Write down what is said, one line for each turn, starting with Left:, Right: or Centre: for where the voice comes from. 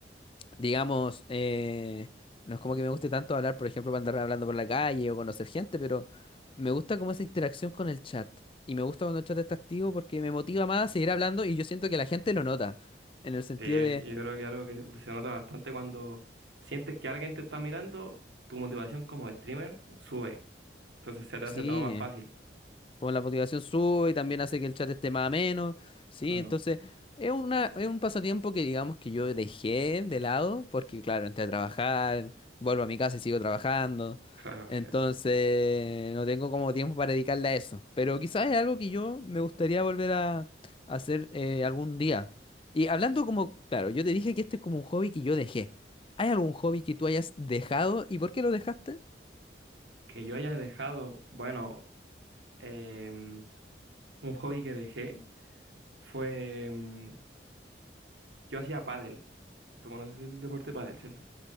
Left: digamos, eh, no es como que me guste tanto hablar, por ejemplo, para andar hablando por la calle o conocer gente, pero me gusta como esa interacción con el chat. Y me gusta cuando el chat está activo porque me motiva más a seguir hablando y yo siento que la gente lo nota, en el sentido
Right: Sí, yo
Left: de,
Right: yo creo que algo que se nota bastante cuando sientes que alguien te está mirando, tu motivación como streamer sube. Entonces se te
Left: sí.
Right: hace todo más fácil.
Left: Como la motivación sube y también hace que el chat esté más ameno, ¿sí?
Right: Bueno,
Left: Entonces, es una, es un pasatiempo que digamos que yo dejé de lado, porque claro, entré a trabajar, vuelvo a mi casa y sigo trabajando.
Right: claro,
Left: Entonces,
Right: eh,
Left: no tengo como tiempo para dedicarle a eso. Pero quizás es algo que yo me gustaría volver a, a hacer eh, algún día. Y hablando como, claro, yo te dije que este es como un hobby que yo dejé. ¿Hay algún hobby que tú hayas dejado y por qué lo dejaste?
Right: que yo haya dejado, bueno, em, un hobby que dejé fue, em, yo hacía pádel. ¿Tú conoces el deporte pádel, cierto?